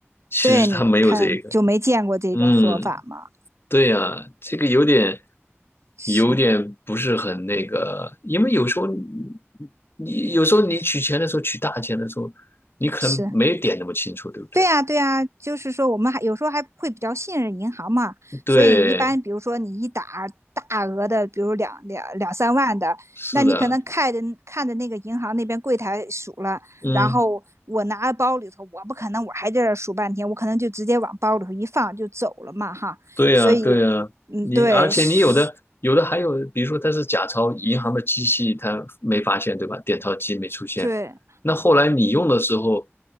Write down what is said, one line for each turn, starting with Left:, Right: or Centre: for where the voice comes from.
Left: 其实它没有这个。
Right: 对，你看就没见过这种说法嘛？
Left: 嗯。对呀，这个有点，
Right: 是
Left: 有点不是很那个，因为有时候你有时候你取钱的时候，取大钱的时候，你可能没点那么清楚，
Right: 是，
Left: 对不对？
Right: 对呀，对呀，就是说我们还有时候还会比较信任银行嘛，
Left: 对，
Right: 所以一般比如说你一打大额的，比如两两两三万的，
Left: 是的，
Right: 那你可能看着看着那个银行那边柜台数了，
Left: 嗯。
Right: 然后我拿包里头，我不可能我还在这儿数半天，我可能就直接往包里头一放就走了嘛哈，
Left: 对呀，
Right: 所以嗯，
Left: 对呀，你而且你有的有的还有，
Right: 对，是，
Left: 比如说它是假钞，银行的机器它没发现，对吧？点钞机没出现，
Right: 对
Left: 那后来你用的时候，